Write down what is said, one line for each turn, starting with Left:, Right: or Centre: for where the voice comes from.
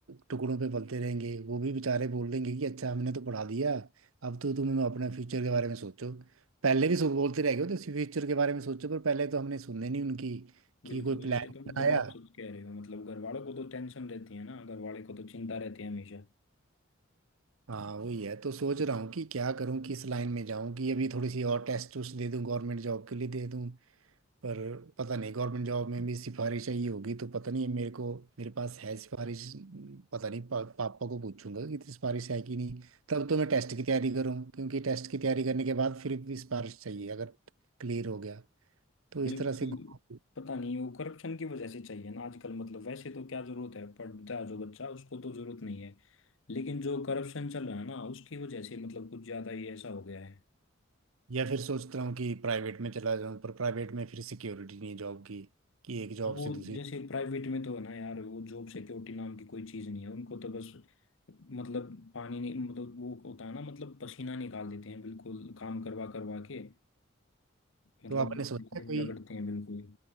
Right: टुकड़ों पे पलते रहेंगे वो भी बेचारे बोल देंगे कि अच्छा हमने तो पढ़ा दिया अब तो तुम अपना फ्यूचर के बारे में सोचो पहले भी सो बोलते रह गए हो तो फ्यूचर के बारे में सोचो पर पहले तो हमने सुनने नहीं उनकी
Left: बिल्कुल
Right: कि कोई प्लान
Left: ये तो मतलब
Right: बनाया
Left: आप सच कह रहे हो मतलब घर वालों को तो टेंशन रहती है ना घर वाले को तो चिंता रहती है हमेशा
Right: हाँ वही है तो सोच रहा हूँ कि क्या करूँ किस लाइन में जाऊँ कि अभी थोड़ी सी और टेस्ट उस्ट दे दूँ गवर्नमेंट जॉब के लिए दे दूँ पर पता नहीं गवर्नमेंट जॉब में भी सिफारिश चाहिए होगी तो पता नहीं मेरे को मेरे पास है सिफारिश पता नहीं पा, पापा को पूछूंगा कि इतनी सिफारिश है कि नहीं तब तो मैं टेस्ट की तैयारी करूँ क्योंकि टेस्ट की तैयारी करने के बाद फिर भी सिफारिश चाहिए अगर क्लियर हो गया तो
Left: बिल्कुल
Right: इस तरह से घूम-
Left: पता नहीं वो करप्शन की वजह से चाहिए ना आजकल मतलब वैसे तो क्या जरूरत है पढ़ता है जो बच्चा उसको तो जरूरत नहीं है लेकिन जो करप्शन चल रहा है ना उसकी वजह से मतलब कुछ ज्यादा ही ऐसा हो गया है
Right: या फिर सोच रहा हूँ कि प्राइवेट में चला जाऊँ पर प्राइवेट में फिर सिक्योरिटी नहीं है जॉब की कि एक जॉब
Left: अब वो
Right: से दूसरी
Left: जैसे प्राइवेट में तो है ना यार वो जॉब सिक्योरिटी नाम की कोई चीज़ नहीं है उनको तो बस मतलब पानी नहीं मतलब वो होता है ना मतलब पसीना निकाल देते हैं बिल्कुल काम करवा करवा के मतलब
Right: तो आपने सोचा है
Left: दिन
Right: कोई
Left: रगड़ते हैं बिल्कुल